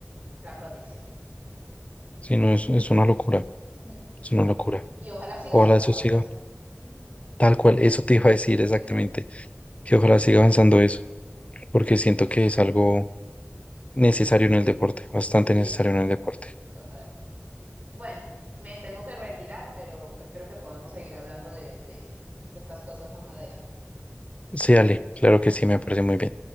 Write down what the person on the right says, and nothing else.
la protección.
Ujú.
Y ojalá siga
avanzando,
pues. Ujú.
<laughs>
Sí,
sí,
total. Bueno, me tengo que retirar, pero espero que podamos seguir hablando de, de de estas cosas más adelante.